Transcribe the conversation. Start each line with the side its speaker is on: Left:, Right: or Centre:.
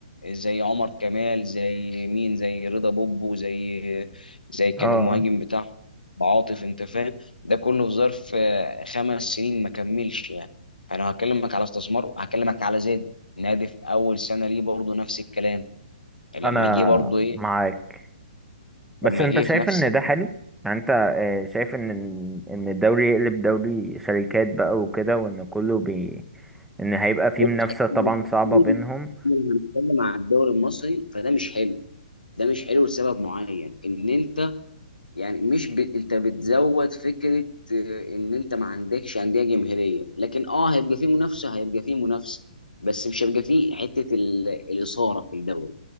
Left: زي عمر كمال زي مين زي رضا بوبو زي زي كان
Centre: اه
Left: المهاجم بتاعه عاطف انت فاهم ده كله في ظرف آه، خمس سنين ما كملش يعني انا هكلمك على استثمار هكلمك على زيد نادي في اول سنه ليه برضه نفس الكلام لما
Centre: انا
Left: جه برضه ايه
Centre: معاك بس
Left: لما
Centre: انت
Left: جه
Centre: شايف
Left: في نفس
Centre: ان ده حلو يعني انت آه، شايف ان ان الدوري يقلب دوري شركات بقى وكده وان كله بي ان هيبقى فيه
Left: بص
Centre: منافسة
Left: احنا
Centre: طبعا
Left: هنتكلم-
Centre: صعبة بينهم
Left: احنا لو هنتكلم عن الدوري المصري فده مش حلو ده مش حلو لسبب معين ان انت يعني مش ب... انت بتزود فكره آه، ان انت ما عندكش انديه جماهيريه لكن اه هيبقى فيه منافسه هيبقى فيه منافسه بس مش هيبقى فيه حته ال... الاثاره في الدوري